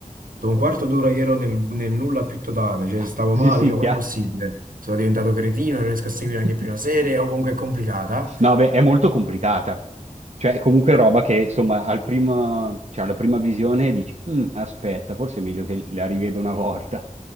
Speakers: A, on the right (about 85°); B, on the right (about 55°).
A: Dopo un quarto d'ora io ero nel, nel nulla più totale, cioè
B: <laughs>
A: stavo
B: sì,
A: male,
B: sì,
A: cioè
B: chiaro.
A: com'è possibile? Sono diventato cretino, non riesco a seguire
B: <laughs>
A: anche più una serie, o comunque è complicata.
B: No, beh, è molto complicata. Cioè, è comunque
A: Però
B: roba che, insomma, al primo, cioè, alla prima visione dici, "Mm, aspetta, forse è meglio che la rivedo una volta.